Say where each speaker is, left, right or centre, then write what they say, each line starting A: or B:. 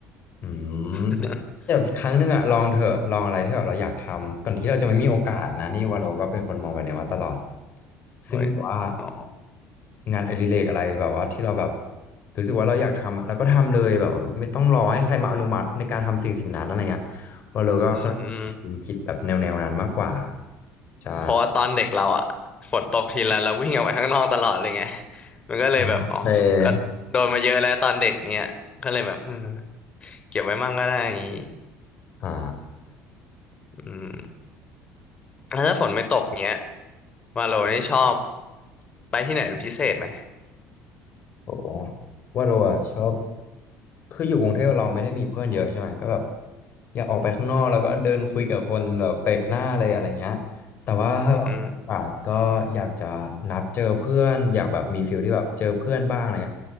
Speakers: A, on the left (about 40°); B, on the left (about 25°).
A: อืม
B: <laughs>
A: แต่ครั้งหนึ่งอะลองเถอะลองอะไรที่แบบเราอยากทำก่อนที่เราจะไม่มีโอกาสนะนี่ว่าเราก็เป็นคนมองแบบเนี้ยมาตลอด
B: โอ้ย
A: ซึ่งแบบว่า
B: อ๋อ
A: งานอดิเรกอะไรแบบว่าที่เราแบบรู้สึกว่าเราอยากทำอะเราก็ทำเลยแบบว่าไม่ต้องรอให้ใครมาอนุมัติในการทำสิ่งสิ่งนั้นอะไรเงี้ยว่าเราก็ค่อนข้าง
B: อืม
A: คิดแบบแนวแนวนั้นมากกว่าใช่
B: เพราะว่าตอนเด็กเราอะฝนตกทีไรเราวิ่งออกไปข้างนอกตลอดเลยไงมันก็เลยแบบอ๋อก็โดนมาเยอะแล้วตอนเด็กเนี้ยก็เลยแบบเออ
A: โอเค
B: เก็บไว้มั่งก็ได้อย่างนี้
A: อ่า
B: อืมแล้วถ้าฝนไม่ตกเนี้ยวาโลนี่ชอบไปที่ไหนเป็นพิเศษไหม
A: โอ้ว่าเราอะชอบคืออยู่กรุงเทพเราไม่ได้มีเพื่อนเยอะใช่ไหมก็แบบอยากออกไปข้างนอกแล้วก็เดินคุยกับคนแบบแปลกหน้าเลยอะไรเงี้ยแต่ว่าถ้าแบบอาจก็อยากจะนัดเจอเพื่อนอยากแบบมีฟิลที่แบบเจอเพื่อนบ้างอะไรเงี้ย
B: อืม